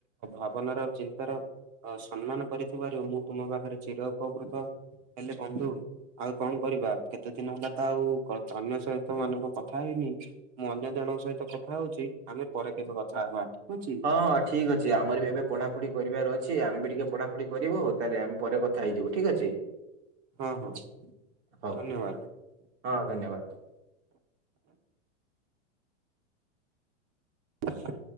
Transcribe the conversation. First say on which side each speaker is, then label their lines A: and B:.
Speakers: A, on the right (about 40°); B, on the right (about 60°).
A: ଭାବନାର ଆଉ ଚିନ୍ତାର ଅ ସମ୍ମାନ କରିଥିବାରୁ ମୁଁ ତୁମ ପାଖରେ ଚିର ଉପକୃତ। ହେଲେ ବନ୍ଧୁ ଆଉ କଣ କରିବା କେତେ ଦିନ ହେଲା ତ ଆଉ ଅନ୍ୟ ସହିତ ମାନଙ୍କ କଥା ହେଇନି। ମୁଁ ଅନ୍ୟ ଜଣଙ୍କ ସହିତ କଥା ହଉଚି। ଆମେ ପରେ କେବେ କଥା ହବା ରହୁଚି?
B: ହଁ ହଁ ଠିକ୍ ଅଛି। ଆମର ଏବେ ପଢାପଢି କରିବାର ଅଛି। ଆମେ ବି ଟିକେ ପଢାପଢି କରିବୁ। ହଉ ତାହେଲେ ଆମ ପରେ କଥ ଥା ହେଇଯିବୁ ଠିକ୍ ଅଛି?
A: ହଁ ହଁ
B: ହଉ
A: ଧନ୍ୟବାଦ।
B: ହଁ ଧନ୍ୟବାଦ।
A: ଆଛା